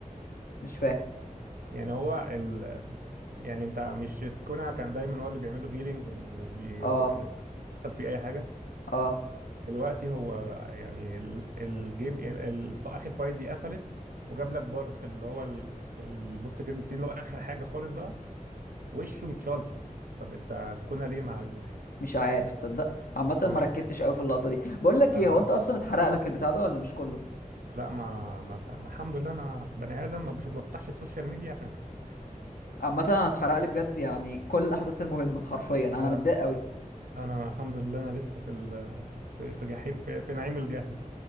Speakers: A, on the left (about 85°); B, on the right (about 85°).
A: مش فاهم
B: يعني هو ال... يعني انت مش سكونا كان دايما هو اللي بيعمل له هيلينج وبي...
A: أه
B: وبيحصل فيه اي حاجه
A: أه
B: دلوقتي هو يعني ال... الجيم ال... ال... في اخر فايت دي قفلت وجاب لك بار في اللي هو ال... البوست كريدت سين اللي هو اخر حاجه خالص بقى وشه متشلفط طب انت سكونا ليه ما عالجوش
A: مش عارف تصدق عامة
B: انا
A: ما
B: مش
A: ركزتش
B: فاهم
A: أوي في اللقطة دي بقول لك
B: انا
A: إيه هو أنت أصلا اتحرق لك البتاع ده ولا مش كله؟
B: لا ما, ما... ما الحمد لله انا بني ادم ما بش- بفتحش السوشيال ميديا عشان كده
A: عامة أنا اتحرق لي بجد يعني كل الأحداث المهمة حرفيا أنا
B: <laughs>
A: متضايق أوي
B: انا الحمد لله انا لسه في ال- في في جحيم في, في نعيم الجهل